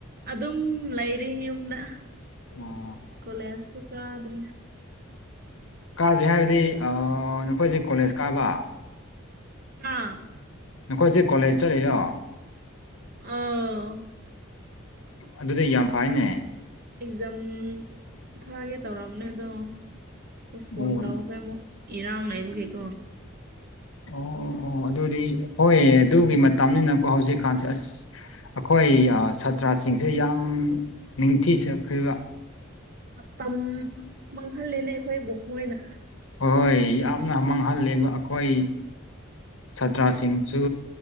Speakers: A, on the right (about 45°); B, on the left (about 70°).
A: ꯑꯗꯨꯝ ꯂꯩꯔꯤ ꯌꯨꯝꯗ
B: ꯑꯣ
A: ꯀꯣꯂꯦꯖꯁꯨ ꯀꯥꯗ꯭ꯔꯤ
B: ꯀꯥꯗ꯭ꯔꯤ ꯍꯥꯏꯕꯗꯤ ꯅꯈꯣꯏꯁꯦ ꯀꯣꯂꯦꯖ ꯀꯥꯕ
A: ꯑꯥ
B: ꯅꯈꯣꯏꯁꯦ ꯀꯣꯂꯦꯖ ꯆꯠꯂꯤꯔꯣ
A: ꯑꯥꯎ
B: ꯑꯗꯨꯗ ꯌꯥꯝ ꯐꯥꯢꯅꯦ
A: ꯑꯦꯛꯖꯥꯝ ꯊꯥꯒꯦ ꯇꯧꯔꯝꯅꯦ ꯑꯗꯣ ꯄꯣꯁꯄꯣꯟ
B: ꯑꯣ
A: ꯇꯧꯈ꯭ꯔꯦ ꯑꯃꯨꯛ ꯏꯔꯥꯡ ꯂꯩꯕꯒꯤ ꯀꯣ
B: ꯑꯣ ꯑꯣ ꯑꯗꯨꯗꯤ ꯍꯣꯏ ꯑꯗꯨꯒꯤ ꯃꯇꯝꯅꯤꯅꯀꯣ ꯍꯧꯖꯤꯛꯀꯥꯟꯁꯦ ꯑꯁ ꯑꯈꯣꯏ ꯁꯥꯇ꯭ꯔꯁꯤꯡꯁꯦ ꯌꯥꯝ ꯅꯤꯡꯊꯤꯖꯈꯤꯕ
A: ꯃꯇꯝ ꯃꯥꯡꯍꯜꯂꯦꯅꯦ ꯑꯩꯈꯣꯏꯕꯨ ꯃꯣꯏꯅ
B: ꯍꯣꯏ ꯌꯥꯝꯅ ꯃꯥꯡꯍꯜꯂꯦꯕ ꯑꯩꯈꯣꯏ ꯁꯥꯇ꯭ꯔꯁꯤꯡ
A: ꯁꯥꯎꯅꯤꯡꯉꯤ
B: ꯁꯨ